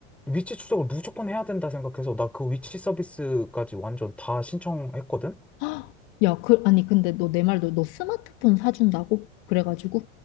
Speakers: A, in the centre; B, on the left (about 65°).
A: 위치 추적을 무조건 해야 된다 생각해서 나 그 위치 서비스까지 완전 다 신청했거든.
B: 헉, 야, 그, 아니, 근데 너 내 말도 너 스마트폰 사준다고? 그래가지고?